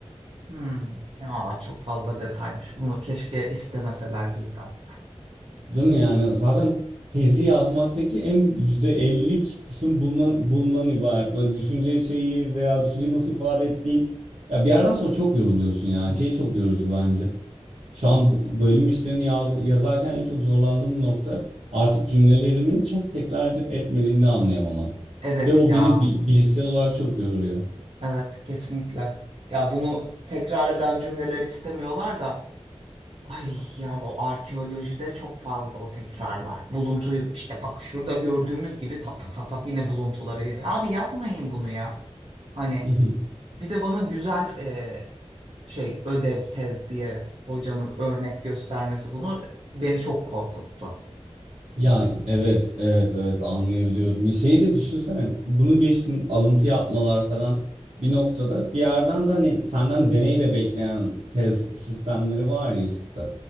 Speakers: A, on the right; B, on the right.
A: Hmm. Aa, çok fazla detaymış. Bunu keşke istemeseler bizden.
B: Değil mi yani? Zaten tezi yazmaktaki en %50'lik kısım bundan, bundan ibaret. Böyle düşünce şeyi veya düşünceyi nasıl ifade ettiğin. Ya bir yerden sonra çok yoruluyorsun ya.
A: Hmm.
B: Şey çok yorucu bence. Şu an b- bölüm işlerini yazma, yazarken en çok zorlandığım nokta artık cümlelerimin çok tekrar edip etmediğini anlayamamam.
A: Evet
B: Ve o
A: ya.
B: beni bi- bilişsel olarak çok yoruyor.
A: Evet kesinlikle. Ya bunu tekrar eden cümleler istemiyorlar da Ay ya bu arkeolojide çok fazla o tekrar var. Buluntuyu işte bak şurada gördüğümüz gibi tak tak tak tak yine buluntuları. Abi yazmayın bunu ya. Hani
B: <laughs>
A: Bir de bana güzel e, şey ödev tez diye hocanın örnek göstermesi bunu beni çok korkuttu.
B: Ya evet evet evet anlayabiliyorum. Bir şeyi de düşünsene bunu geçtim alıntı yapmalar falan bir noktada bir yerden de hani senden deney de bekleyen tez sistemleri var ya işte